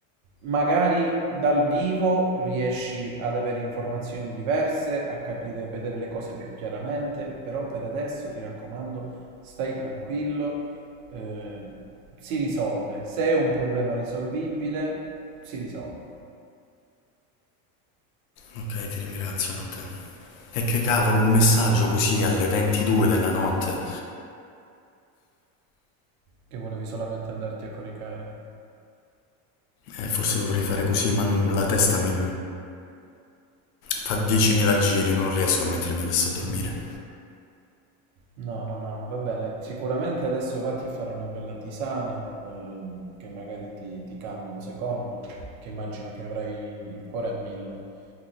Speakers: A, on the right; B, on the left.
A: Magari dal vivo riesci ad avere informazioni diverse, a capire, a vedere le cose più chiaramente, però per adesso ti raccomando, stai tranquillo, eh, si risolve. Se è un problema risolvibile, si risolve.
B: Ok, ti ringrazio, Matteo. E che cavolo, un messaggio così alle 22 della notte?
A: Che volevi solamente andarti a coricare.
B: Eh, forse dovrei fare così, ma non- la testa mi fa 10.000 giri, non riesco a mettermi adesso a dormire.
A: No, no, no, va bene. Sicuramente adesso vatti a fare una bella tisana, eh, che magari ti, ti calma un secondo, perché immagino che avrai il cuore a mille.